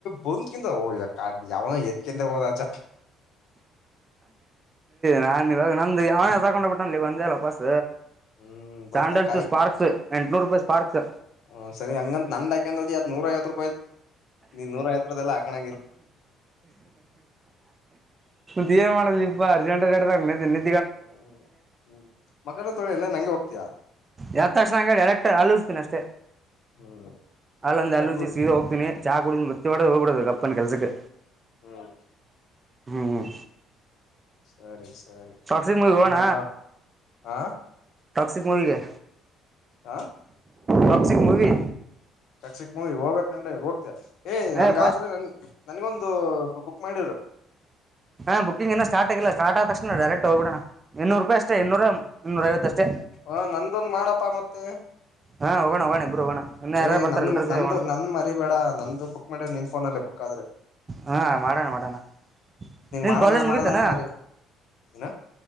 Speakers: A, on the left; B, on the right.
A: ಬಂದ್ಕಿಂತ ಯ ಯಾವನ ಎತ್ಕಂತ ಹೋದ ಚ
B: ನಾನನ್ ನಿವಾಗ ನ ಒಂದು ಯಾವೇ ತಕೊಂಡ್ ಬಿಟ್ಟ ಅಲ್ಲಿ ಬಂದೇ ಅಲ್ಲ ಪಾಸ್
A: ಹ್ಮ್ ಬರ್ತಂಗ
B: ಸ್ಯಾಂಡಲ್ಸ್ ಸ್ಪಾರ್ಕ್ಸ್ ಎಂಟಟ್ನೂರು ರೂಪಾಯಿ ಸ್ಪಾರ್ಕ್ಸ್
A: ಹ್ ಸರಿ ಹಂಗಂತ ನಂದಾಕಂದ್ರದ ನೂರೈವತ್ತು ಇನ್ ನೂರ ಐತ್ರದಲ್ಲ ಹಾಕೊಂಡ
B: ತೀರ್ ಮಾಡದಿಪ್ಪಾ ಪ್ರಜಂಟಡೆಡೆ ತಗನೆಲ್ಲಿಲ್ಲಿ
A: ಹ ಹ್ಮ್ ಮಕನ ತೊಳಿ ಎಲ್ಲ ನಂಗೆ ಹೋಗ್ತಯಾ
B: ಎತ್ತ ತಕ್ಷಣಂ ಡೈರೆಕ್ಟ್ ಅಲಿಸ್ತೀನಿ ಅಷ್ಟೇ
A: ಹ್ಮ್
B: ಅಲ್ಲಂದ ಅಲ್ಲೂಜಿ
A: ಅಲ್ಲೂ
B: ಸೀದ ಹೋಗ್ತೀನಿ ಚಾಕ್ ಬತ್ತಿ ಹೋಗ್ಬಿಡದು ಅಪ್ಪನ್ ಕೆಲ್ಸಕ್ಕೆ
A: ಹ್ಮ್
B: ಹ್ಮ್
A: ಸರಿ ಸರಿ
B: ಸಾಕ್ಷಿ ಮು
A: ಮತ್ತೇನಪ್ಪಾ
B: ಹಣ
A: ಹಾ
B: ಟಾಕ್ಸಿಕ್ ಮೂವಿಗೆ
A: ಹ
B: ಟಾಕ್ಸಿಕ್ ಮೂವಿ
A: ಕಕ್ಷಿಕ್ ಮೂವಿ ಹೋಗ್ಬೇಕಂಡ್ರೆ ಹೋಗ್ತ ಏ್ ಹಂಗಾದ್ರೆ
B: ಏ ಫಸ್ಟ್
A: ನನ್ ನನಗೊಂದು ಬುಕ್ ಮಾಡರು
B: ಹಾ ಬುಿಂಗ ಎ ಸಾರ್ ಆಗಿಲ್ಲ ಸಾರ್ಟ್ ಆದ ತಕ್ಷಣ ಡರೆಕ್ಟ್ ಹೋಗಿೋಣ ಇನ್ನೂರು ರೂಪಾಯಿ ಅಷ್ಟೇ ಇನ್ನೂರ ಇನ್ನೂರ ಐವತ್ತಷ್ಟೇ
A: ಹಾ ನಂದೊಂದ ಮಾಡಪ್ಪಾ ಮತ್ತೆ
B: ಹಾ ಹೋಗೋಣ ಹೋಗೋಣ ಇಬ್ರು ಹೋಗೋಣ ಇನ್ನೂ ಯಾರ್ಯಾರು
A: ಏಯ
B: ಬರ್ತಾರೆ
A: ನಂದು
B: ಎಲ್ಲರ ಜೊತೆ
A: ನಂದು
B: ಹೋಗೋಣ
A: ನನ್ ಮರಿಬೇಡ ನಂದು ಬುಕ್ ಮಾಡ ನಿನ್ ಫೋನಲ್ಲಿ ಬುಕ್ಕಾದ್ರೆ
B: ಹಾ ಮಾಡೋಣ ಮಾಡೋಣ ನೀನ್
A: ಮಾಡಣ
B: ಕಾಲೇಜ್ ಮುಗಿತಾನ
A: ಮಾಡಣ ಅಂದ ಮರಿ ಏನ